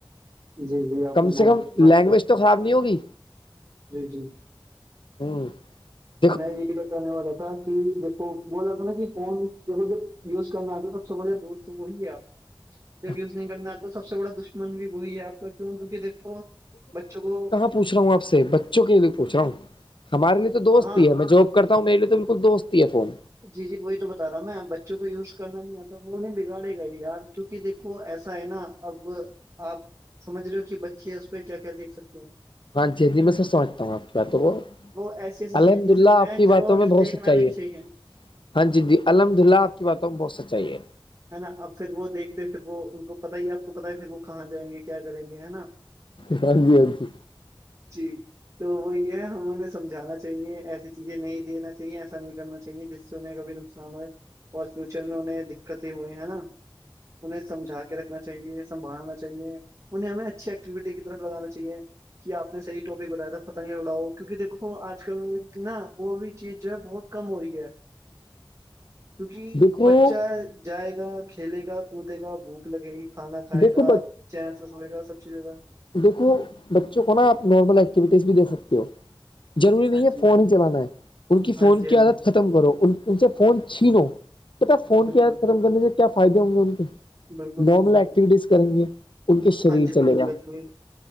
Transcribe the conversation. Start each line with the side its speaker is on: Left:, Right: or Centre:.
Right: جی جی آپ
Left: کم
Right: نے
Left: سے
Right: بہت
Left: کم
Right: بڑی بات
Left: لینگویج
Right: کی
Left: تو خراب نہیں ہوگی
Right: جی جی
Left: <unintelligible>
Right: <unintelligible> دھن واد ہوتا تھا کہ دیکھو بول رہاتا نا کہ فون ج جب یوز کرنا آتا سب سے بڑھیا دوست وہی ہے آپ
Left: <inaudible> <unintelligible>
Right: جب یوز نہیں کرنا آتا سب سے بڑا دشمن بھی وہی ہے آپ کا کیوں کیونکہ دیکھو بچوں کو
Left: پوچ رہا ہوں آپ سے بچوں کے لیے پوچھ رہا ہوں ہمارے لیے تو دوست
Right: ہاں
Left: ہی ہے میں جو کرتا ہوں میرے تو بالکل دوست ہی ہے فون
Right: جی جی وہی تو بتا رہا ہ میں بچوں کو یوز کرنا نہیں آتا وہ انہیں بگاڑے گا یار کیونکہ دیکو ایسا ہے نا اب آپ سمجھ رہے ہو کہ بچے اس پہ کیا کیا دیکھ سکتے ہیں
Left: ہاں جیجا جی میں سب سمجھتا ہوں آپ کی باتوں کو
Right: وہ ایسی ایسی
Left: الحمد
Right: چیزیں دیکھ
Left: للہ
Right: سکتے
Left: آپ
Right: ہیں
Left: کی
Right: جو
Left: باتوں
Right: انہیں
Left: میں بہت
Right: دیکھنا
Left: سچائی
Right: بھی نہیں چاہیے ہے
Left: ہاں جی جی الحمد للہ آپ کی باتوں بہت سچائی ہے
Right: ہے نا اب پھر وہ دیکھتے پھر وہ ان کو پت ہی آپ کو پت ہے پھر وہ کہاں جائیں گے کیا کریں گے ہے نا
Left: ہاں جی ہاں جی
Right: جی تو وہی ہے ہمہیں سمجھانا چاہیے ایسی چیزیں نہیں دینا چاہیے ایسا نہیں کرنا چاہیے جس سے انہیں کبھی نقصان اور فیوچر میں انہیں دقتیں ہوئی ہے نا انہیں سمجھا کے رکھنا چاہیے سنبھالنا چاہیے انہیں ہمیں اچھی ایککٹیوٹی کی طرف لگانا چاہیے کہ آپ نے صحی ٹاپک بتایا تھا پتنگ اڑاؤ کیونکہ دیکو آج کل نا وہ بھی چیز جو ہے بہت کم ہورہی ہے
Left: <inaudible>
Right: کیونکہ
Left: دیکھو
Right: بچہ جائے گا کھیلے گا کودے گا بھی لگےگی کھانا کھائے
Left: دیکھو
Right: گا چین سے سویے گا سب چیزوں کا
Left: دیکو بچوں کو نا آپ نارمل ایکٹیوٹیز بھی دے سکتے ہو ضروری نہیں
Right: ہاں
Left: ہے
Right: جی
Left: فون ہی چلانا ہے ان کی
Right: ہاں
Left: فون
Right: جی ہاں
Left: کی عادت
Right: جی
Left: ختم کرو ان سے فون چھینو پتا فون
Right: بالکل
Left: کی یات ختم کرنے سے کیا فائدے ہوں گے ان کے
Right: بالکل جی
Left: نارمل
Right: بالکل
Left: ای ٹیز کریں گے ان کے شریر
Right: ہاں جی بالکل
Left: چلے گا
Right: کریں گے